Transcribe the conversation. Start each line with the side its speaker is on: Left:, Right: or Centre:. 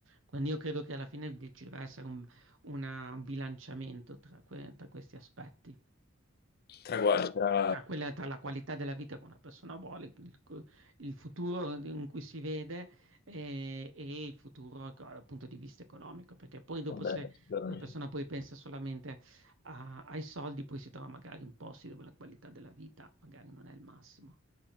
Right: Quindi io credo che alla fine ci deve essere un, una- un bilanciamento tra que- tra questi aspetti.
Left: Tra guai, tra...
Right: Tra quella, tra la qualità della vita che una persona vuole, il, il futuro in cui si vede eh, e, il futuro co- dal punto di vista economico, perché poi dopo
Left: Vabbè,
Right: se
Left: guadagna.
Right: una persona poi pensa solamente a- ai soldi, poi si trova magari in posti dove la qualità della vita magari non è il massimo.